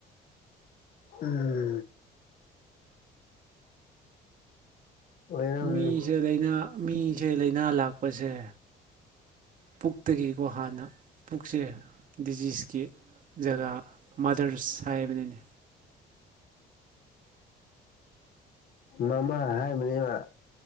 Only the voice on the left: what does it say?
ꯎꯝ ꯑꯣꯏꯔꯝꯅꯤ
ꯃꯃꯥ ꯍꯥꯏꯕꯅꯦꯕ